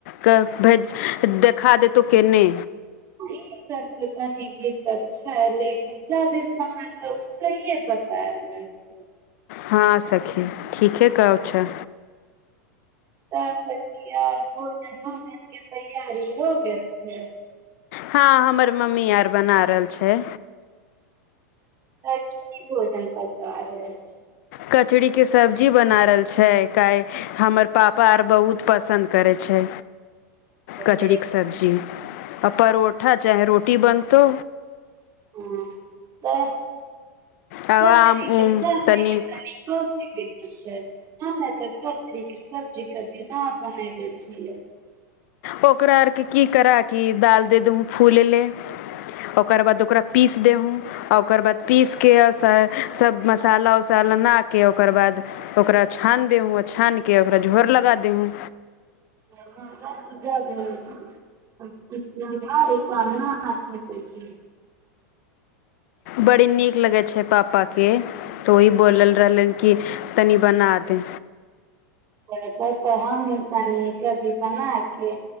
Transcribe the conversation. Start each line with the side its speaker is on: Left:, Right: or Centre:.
Left: क भेज देखा देतौ केने
Right: ई सब के तनी दिक्कत छै लेकिन जादे समय तऽ उ सहिए बता दै छै।
Left: हाॅं सखी ठीके कहो छै।
Right: तऽ सखी और भोजन-ओजन के तैयारी हो गेल छै।
Left: हाॅं हमर मम्मी आर बना रहल छै।
Right: तऽ की भोजन पका रहल छी?
Left: कचरीके सब्जी बना रहल छै काए हमर पापा आर बहुत पसन्द करै छै। कचरी
Right: जे
Left: के सब्जी आ परोठा चाहे रोटी बनतौ।
Right: ह तऽ
Left: आ
Right: कचरी
Left: आम
Right: के
Left: उम
Right: सब्जी
Left: तनी
Right: के तनिको बनाल जाय छै हमै त कचरी के सब्जी कभी न बनैले छियै।
Left: ओकरा आर के की करा की दाल दे देहु फूलेले ओकर बाद ओकरा पीस देहु। आ ओकर बाद पीस के आ स सब मसाला उसाला ना के ओकर बाद ओकरा छानि देहूँ, आ छानि कऽ ओकरा झोर लगा देहूँ।
Right: <unintelligible> <unintelligible>
Left: बडी नीक लगै छै पापा के तऽ ओही बोलल रहलैन की तनी बना दे।
Right: <unintelligible> तऽ हम भी तनी कभी बना के